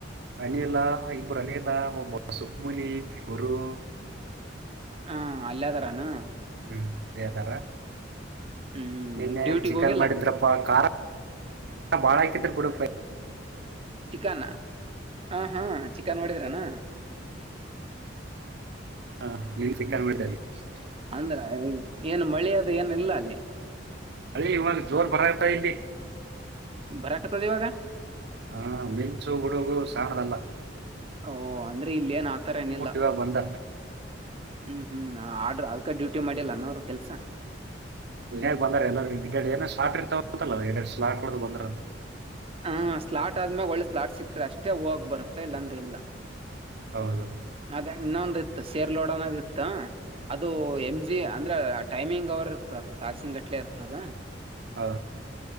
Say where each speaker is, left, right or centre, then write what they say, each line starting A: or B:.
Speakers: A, on the right (about 60°); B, on the right (about 30°).
A: ಅನಿಲಾ ಇಬ್ಬರು ಅನಿಲಾ ಒಬ್ಬ ಸುಖಮುನಿ ಗುರು.
B: ಅ ಅಲ್ಲ್ಯಾದರನಾ
A: ಹ್ಮ ಇಲ್ಲೆ ಅದಾರ
B: ಹ್ಮ್
A: ನಿನ್ನೆ
B: ಡ್ಯೂಟಿಗ್
A: ಚಿಕನ್
B: ಹೋಗಿಲ್ಲ
A: ಮಾಡಿದ್ರಪ್ಪ ಖಾರ್ ಬಾಳ ಹಾಕಿದ್ರ ಬಿಡುಪಾ
B: ಚಿಕನ್ನ. ಹಾ ಹಾ ಚಿಕನ್ ಮಾಡಿದ್ರನಾ.
A: ಹಾ ನೀನ್ ಚಿಕನ್
B: ಹ್ಮ್
A: ಮಾಡಿದ್ರಲ್ಲಿ
B: ಹ್ಮ್ ಅಂದ್ರ ಏನು ಮಳೆಅದು ಏನು ಇಲ್ಲ ಅಲ್ಲಿ
A: ಮಳಿ ಇವಾಗ ಜೋರ್ ಬರಕತೈತಿ
B: ಬರಾಕತದ ಇವಾಗ.
A: ಹಾ ಮಿಂಚು ಗುಡುಗು ಸಾನದಲ್ಲ
B: ಓ ಅಂದ್ರೆ ಇಲ್ಲ ಏನ್ ಆತರ ಏನಿಲ್ಲ
A: ಇವಾಗ ಬಂದ
B: ಹ್ಮ್ ಹ್ಮ್ ಆಡ್ರ್ ಯಾಕ ಡ್ಯೂಟಿ ಮಾಡಿಲ್ಲ ಏನು ಅವ್ರ ಕೆಲ್ಸ
A: ಮನಾಗ ಬಂದರಿಗ್ ಎಲ್ಲರಗೆ ಹಿಕಡ್ ಏನ ಸಾಲಾ ಇರ್ತಾವ ಅಂತಲ್ಲ ಹಿಡಡ್ಲಾಟ ಬಂದರ ಅಂತೆ
B: ಹ ಸ್ಲಾಟ್ ಆಧ್ಯಾಮ್ಯಾಗ ಒಳ್ಳೆ ಸ್ಲಾಟ್ ಸಿಕ್ಕ್ರೆ ಅಷ್ಟೇ ಹೋಗ್ ಬರುತ್ತೆ ಇಲ್ಲಾಂದ್ರೆ ಇಲ್ಲಾ.
A: ಹೌದು
B: ಅದೇ ಇನ್ನೊಂದು. ಇ ಸೇರ್ಲೋಡಣದ ಇತ್ತ. ಅದು ಎಂ ಜಿ ಯಾ ಅಂದ್ರೆ ಟೈಮಿಂಗ್ ಅವರು ಇರ್ತದ ತಾಸಿನ್ ಗಟ್ಲೆ ಇರ್ತದ.
A: ಹಾ.